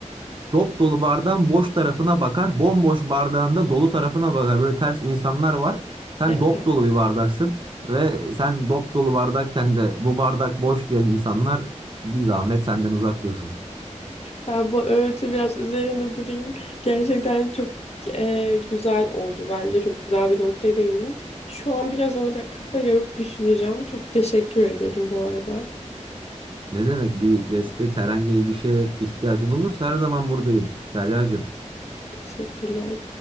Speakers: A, on the right; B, on the left.
A: dop dolu bardağın boş tarafına bakar, bomboş bardağın da dolu tarafına bakar. Böyle ters insanlar var. Sen
B: evet,
A: dop
B: evet.
A: dolu bir bardaksın. Ve sen dop dolu bardakken de bu bardak boş diyen insanlar bir zahmet senden uzak dursun.
B: Ben bu öğütü biraz üzerinde durayım. Gerçekten çok e, güzel oldu bence. Çok güzel bir noktaya değindin. Şu an biraz ona bir kafa yorup düşüneceğim. Çok teşekkür ederim bu arada.
A: Ne demek bir destek herhangi bir şeye ihtiyacın olursa her zaman buradayım Deryacığım.
B: Teşekkürler.